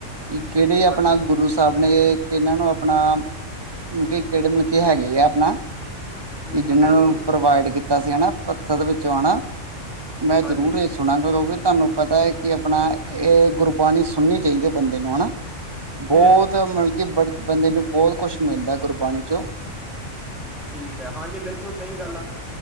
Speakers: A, on the right; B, in the centre.
A: ਕਿ ਕਿਹੜੇ ਆਪਨਾ
B: ਹਾਂਜੀ,
A: ਗੁਰੂ ਸ ਸਭਨੇ ਕਿੰਨਾਂ ਨੂੰ ਆਪਨਾ, ਮਲਕੇ ਕੇੜ੍ਹੇ ਮਲਕੇ ਹੈਗੇ ਆ, ਆਪਨਾ?
B: ਹੂੰ,
A: ਵੀ ਜਿੰਨਾਂ
B: ਬਿਲਕੁਲ,
A: ਨੂੰ ਪ੍ਰੋਵਾਈਡ ਕੀਤਾ ਸੀ ਹਨਾ। ਪੱਥਰ ਵਿੱਚੋਂ ਹਨਾ। ਮੈਂ ਜ਼ਰੂਰ
B: ਹਾਂਜੀ,
A: ਇਸ ਸੁਨਾਂਗਾ। ਕਿਉਂਕਿ, ਤਾਨੂੰ ਪਤਾ ਏ ਕਿ ਆਪਨਾ, ਏਹ ਗੁਰਬਾਨੀ ਸੁਣਨੀ ਚਾਈਦੀ ਐ ਬੰਦੇ ਨੂੰ, ਹਨਾ। ਬੋਤ
B: ਹੂੰ,
A: ਮਲਬ ਕਿ, ਬਰਤ ਬੰਦੇ ਨੂੰ ਬਹੁਤ ਕੁਛ ਮਿਲਦਾ ਗੁਰਬਾਨੀ 'ਚੋਂ।
B: ਠੀਕ ਐ। ਹਾਂਜੀ, ਬਿਲਕੁਲ ਸਈ ਗੱਲ ਆ।